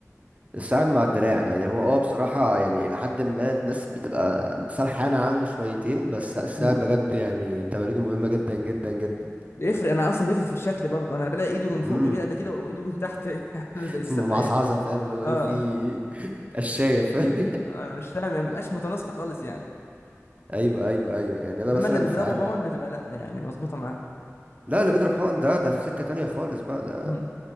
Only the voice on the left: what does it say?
بيها
بيفرق انا اصلا بيفرق في الشكل برضه انا بلاقي ايده من فوق
كبيره قد كده وايده من تحت <laughs> عامله
زي السفايه
اه
انا مش فاهم يعني ما بيبقاش متناسقه خالص يعني
انما
اللي بيضربه
حقن بتبقى لا يعني مظبوطه معاه
امم